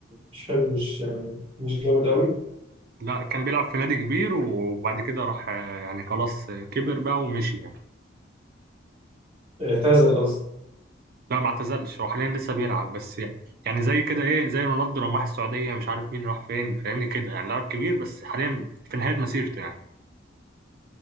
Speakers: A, on the right; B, on the right.
A: مش حلو مش يعني مش جامد قوي
B: لا كان بيلعب في نادي كبير وبعد كده راح آه، يعني خلاص آه، كبر بقى ومشي يعني
A: اعتزل قصدي
B: لا ما اعتزلش هو حاليا لسه بيلعب بس يعني يعني زي كده ايه زي رونالدو لما راح السعودية مش عارف مين راح فين فاهمني كده يعني لاعب كبير بس حاليا في نهاية مسيرته يعني